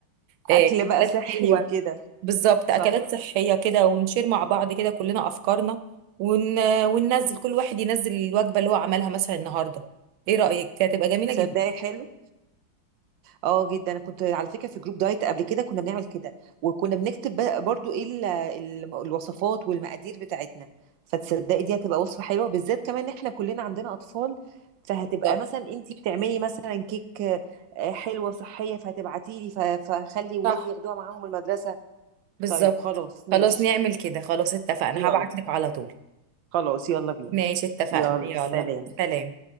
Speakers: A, on the right (about 90°); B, on the right (about 70°).
A: آه،
B: اكل بقى
A: اكلات
B: صحي
A: حلوه
B: وكده
A: بالظبط
B: صح
A: اكلات صحيه كده ونشير مع بعض كده كلنا افكارنا ون... وننزل كل واحد ينزل الوجبه اللي هو عملها مثلا النهارده ايه رايك دي هتبقى جميله
B: صدقي
A: جدا
B: حلو اه جدا انا كنت على فكره في جروب دايت قبل كده كنا بنعمل كده وكنا بنكتب بقى برضو ايه ال- ال- الوصفات والمقادير بتاعتنا فتصدقي دي هتبقى وصفه حلوه بالذات كمان ان احنا كلنا عندنا اطفال فهتبقى
A: بالظبط
B: مثلا انتي بتعملي مثلا كيك آه، حلوه صحيه فهتبعتي لي ف- فخلي ولادي
A: صح
B: ياخدوها معاهم المدرسه
A: بالظبط
B: طيب خلاص ماشي
A: خلاص نعمل كده خلاص اتفقنا
B: يلا
A: هبعتلك على طول
B: خلاص يلا بينا
A: ماشي اتفقنا
B: يلا
A: يلا
B: سلام
A: سلام